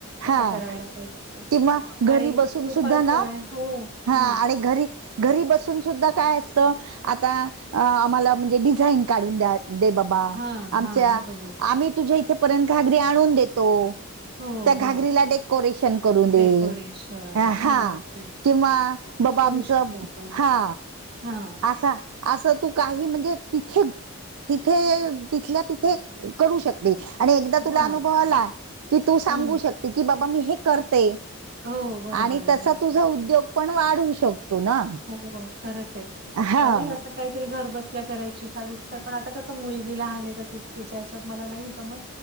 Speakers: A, on the right; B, on the right.
A: असं
B: हा
A: करायला काही असं.
B: किंवा घरी
A: आणि
B: बसून
A: दुपारचा
B: सुद्धा ना
A: वेळ हो.
B: हा
A: हां,
B: आणि घरी घरी बसून सुद्धा काय असतं आता आम्हाला म्हणजे डिझाईन काढून द्या दे बाबा
A: हां,
B: आमच्या
A: हां. बरोबर.
B: आम्ही तुझ्या इथे पर्यंत घगरी आणून देतो.
A: हो,
B: त्या घागरीला
A: हो.
B: डेकोरेशन करून दे
A: डेकोरेशन.
B: हा.
A: हां, ओके.
B: किंवा बाबा
A: ते करू
B: आमचं
A: शकतो आपण.
B: हा
A: हां,
B: असा. असं तू काही म्हणजे तिथे तिथे तिथल्या तिथे करू शक. आणि एकदा तुला
A: हां.
B: अनुभवला की तू सांगू
A: हं.
B: शकते की बाबा मी हे करते.
A: हो, बरोबर
B: आणि
A: आहे,
B: तसा
A: बरोबर.
B: तुझ उद्योग पण वाढवू शकतो ना.
A: हो, हो खरंच आहे
B: हा
A: मलाही असं काहीतरी घर बसल्या करायची फार इच्छा आहे पण आता कस? मुलगी लहान तिच्या ह्याच्यात मला नाही जमत